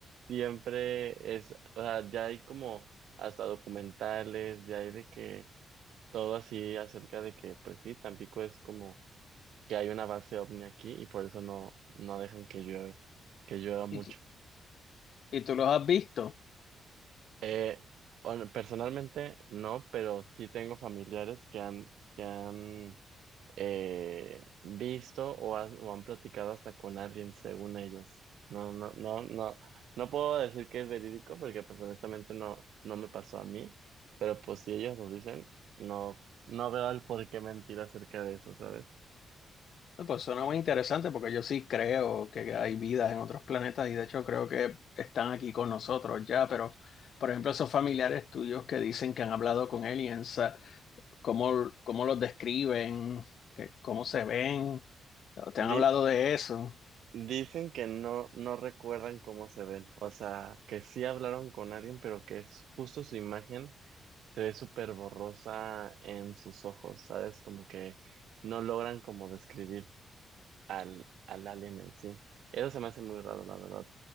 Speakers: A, on the right; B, on the left.
A: siempre es, o sea, ya hay como hasta documentales, ya hay de que todo así acerca de que, pues sí, Tampico es como que hay una base ovni aquí y por eso no, no dejan que llueve, que llueva mucho.
B: ¿Y, tú- y tú los has visto?
A: Eh, hon- personalmente no, pero sí tengo familiares que han, que han eh, visto o, han o han platicado hasta con alguien, según ellos. No, no, no, no, no puedo decir que es verídico porque pues honestamente no, no me pasó a mí, pero pues si ellos lo dicen, no, no veo el por qué mentir acerca de eso, ¿sabes?
B: No, Pues suena muy interesante porque yo sí creo que hay vida en otros planetas y de hecho creo que están aquí con nosotros ya, pero por ejemplo esos familiares tuyos que dicen que han hablado con aliens, ah, ¿cómo, cómo los describen? ¿Qué- ¿Cómo se ven? ¿Te han
A: Di-
B: hablado de eso?
A: Dicen que no, no recuerdan cómo se ven, o sea, que sí hablaron con alguien, pero que es justo su imagen se ve súper borrosa en sus ojos, ¿sabes? Como que no logran como describir al, al alien en sí. Eso se me hace muy raro, la verdad.